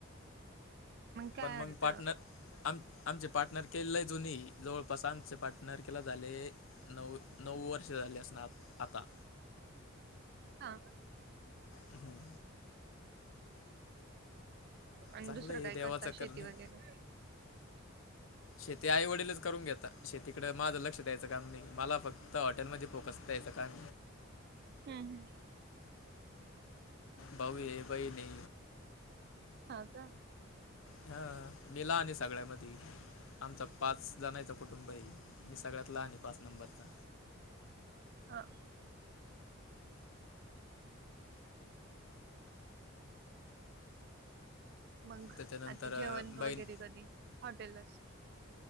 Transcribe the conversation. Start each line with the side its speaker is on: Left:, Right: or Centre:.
Right: काय
Left: पण
Right: अर्थ
Left: मग पार्टनर- आम आमचे पार्टनर केलेय जुनी जवळपास आमचे पार्टनर केला झाले- नऊ- नऊ वर्ष झालेली असनार आता
Right: हा
Left: हम्म
Right: आणि
Left: चांगलं
Right: दुसरं
Left: हे
Right: काय
Left: देवाचं
Right: करता शेती
Left: करन हे.
Right: वगैरे?
Left: शेती आई वडीलच करून घेता शेतीकडे माझं लक्ष द्यायचं काम नाही मला फक्त फक्त हॉटेलमध्ये फोकस द्यायचा कारण
Right: हम् हम्
Left: भाऊ आहे बहिण हे.
Right: हा का
Left: हा मी लहान हाय सगळ्यामधी आमचा पाच जाणायचा कुटुंब हे मी सगळ्यात लहान आहे पाच नंबरचा.
Right: हा मग
Left: त्याच्यानंतर
Right: आता
Left: अं,
Right: जेवण वगैरे
Left: बहीण
Right: कधी? हॉटेलाच